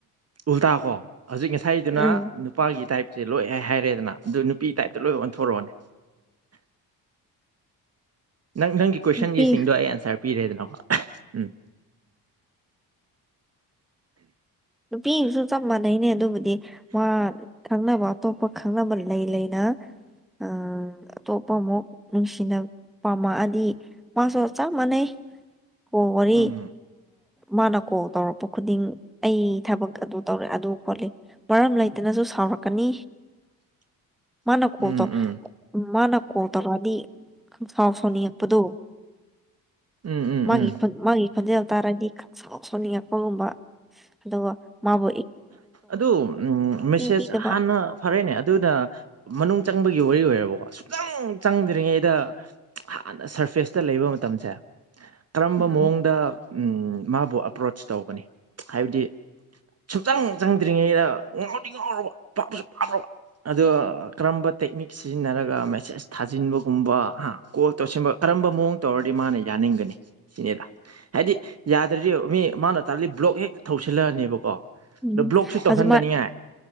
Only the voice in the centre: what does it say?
ꯎꯝ
ꯅꯨꯄꯤ
ꯄꯤꯕꯁꯨ ꯆꯞ ꯃꯥꯟꯅꯩꯅꯦ ꯑꯗꯨꯕꯨꯗꯤ ꯃꯥ ꯈꯪꯅꯕ ꯑꯇꯣꯞꯄ ꯈꯪꯅꯕ ꯂꯩ ꯂꯩꯅ ꯑ ꯇꯣꯄꯃꯣ ꯅꯨꯡꯁꯤꯅ ꯄꯃ ꯑꯗꯤ ꯃꯥ ꯆꯣ ꯆ ꯃꯅꯦ ꯑꯣ ꯋꯥꯔꯤ
ꯃꯥꯅ ꯀꯣꯜ ꯇꯧꯔꯛꯄ ꯈꯨꯗꯤꯡ ꯑꯩ ꯊꯕꯛ ꯑꯗꯨ ꯇꯧꯔꯦ ꯑꯗꯨ ꯈꯣꯠꯂꯤ ꯃꯔꯝ ꯂꯩꯇꯅꯁꯨ ꯁꯥꯎꯔꯛꯀꯅꯤ
ꯃꯥꯅ ꯀꯇ
ꯃꯥꯅ ꯀꯇꯗꯤ ꯁꯥꯥꯎꯐ ꯁꯣꯅꯤꯄꯗꯣ
ꯃꯥꯒꯤ
ꯃꯥꯒꯤ ꯈꯣꯟꯖꯦꯜ ꯇꯥꯔꯗꯤ ꯁꯥꯎ ꯁꯣꯟꯅꯤꯡꯉꯛꯄꯒꯨꯝꯕ ꯑꯗꯣ ꯃꯥꯕꯨꯣ
ꯄꯤꯗꯕ
ꯎꯝ
ꯎꯝ
ꯑꯗꯨꯃꯥꯏ